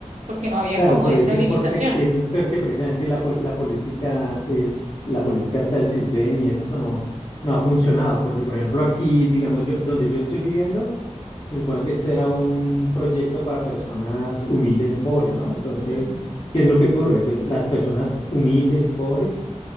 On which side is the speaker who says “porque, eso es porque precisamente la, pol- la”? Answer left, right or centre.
Left